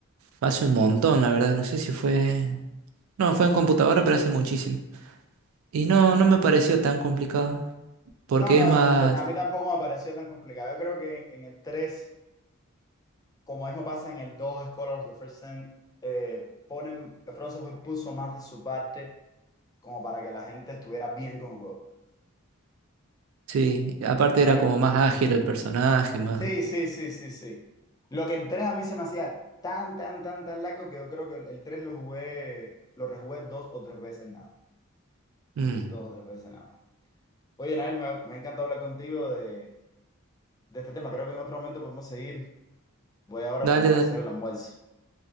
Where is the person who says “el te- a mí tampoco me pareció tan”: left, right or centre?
Left